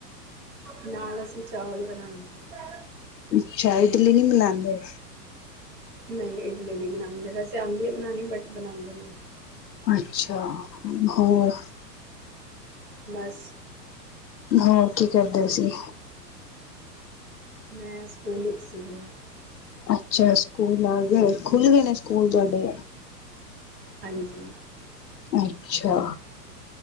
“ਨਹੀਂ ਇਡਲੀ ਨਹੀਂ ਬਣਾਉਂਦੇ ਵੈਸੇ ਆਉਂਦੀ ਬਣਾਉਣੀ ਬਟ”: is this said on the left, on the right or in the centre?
Right